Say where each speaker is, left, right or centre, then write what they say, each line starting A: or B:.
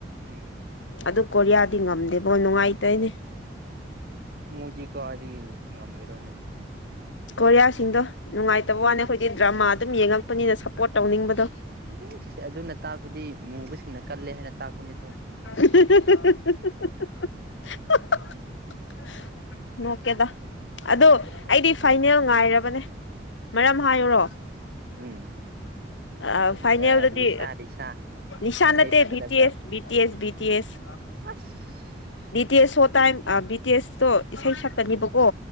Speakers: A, on the right; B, on the left.
A: ꯎꯝ
B: ꯑꯗꯨ ꯀꯣꯔꯤꯌꯥꯗꯤ ꯉꯝꯗꯦꯕꯣ ꯅꯨꯡꯉꯥꯏꯇꯣꯏꯅꯦ
A: ꯃꯨꯖꯤ ꯀꯗ ꯉꯝꯒꯔ
B: ꯀꯣꯔꯤꯌꯥꯁꯤꯡꯗꯣ ꯅꯨꯡꯉꯥꯏꯇꯕ ꯋꯥꯅꯦ ꯑꯩꯈꯣꯏꯗꯤ ꯗ꯭ꯔꯃꯥ ꯑꯗꯨꯝ ꯌꯦꯡꯉꯛꯄꯅꯤꯅ ꯁꯞꯄꯣꯔꯠ ꯇꯧꯅꯤꯡꯕꯗꯣ
A: ꯑꯦꯁ ꯑꯗꯨꯅ ꯇꯥꯛꯄꯗꯤ ꯃꯨꯕꯁꯤꯡꯅ ꯀꯜꯂꯦ ꯍꯥꯏꯅ ꯇꯥꯛꯄꯅꯤꯗꯣ
B: <unintelligible> ꯅꯣꯛꯀꯦꯗ ꯑꯗꯨ ꯑꯩꯗꯤ ꯐꯥꯏꯅꯦꯜ ꯉꯥꯏꯔꯕꯅꯦ ꯃꯔꯝ ꯍꯥꯏꯌꯨꯔꯣ
A: ꯎꯝ
B: ꯑ ꯐꯥꯏꯅꯦꯜꯗꯥꯗꯤ
A: ꯑꯥ ꯂꯤꯁꯥ ꯂꯤꯁꯥ
B: ꯅꯤꯁꯥꯟꯠꯇ
A: ꯏꯁꯩ ꯁꯛꯀꯗꯕꯗꯣ
B: ꯕꯤ ꯇꯤ S B T S B T S
A: ꯑꯁ
B: ꯕꯤ ꯇꯤ ꯑꯦꯁ ꯁꯣ ꯇꯥꯏꯝ ꯕꯤ ꯇꯤ ꯑꯦꯁꯇꯣ ꯏꯁꯩ ꯁꯛꯀꯅꯦꯕꯀꯣ